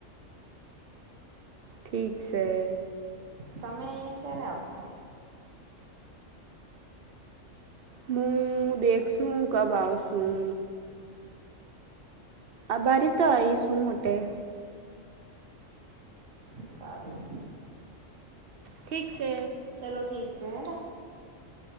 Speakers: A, on the right; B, on the right.
A: ઠીક સે
B: તમે અહિયાં ક્યારે આવશો?
A: મું દેખસું કબ આવશું. અભારી તો આઈસ હું અટે
B: એ છારું
A: ઠીક સે
B: ચલો ઠીક સે હેના.